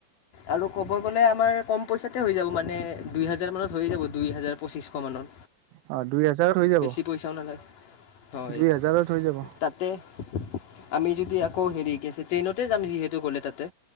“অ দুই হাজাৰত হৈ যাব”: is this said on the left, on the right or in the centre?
Right